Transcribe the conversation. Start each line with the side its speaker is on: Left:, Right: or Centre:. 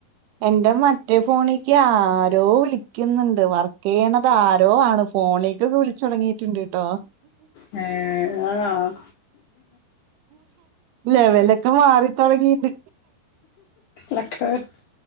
Right: എന്റെ മറ്റേ ഫോണിക്ക് ആരോ വിളിക്ക് ന്ന്ണ്ട് വർക്കെ യ്യണത് ആരോ ആണ് ഫോണിക്കൊക്കെ വിളിച്ചു തൊടങ്ങിട്ട്ണ്ട്ട്ടോ
Left: ഏ ആ
Right: ലെവലൊക്കെ മാറിത്തൊടങ്ങിണ്ട്
Left: ലക്ക <unintelligible>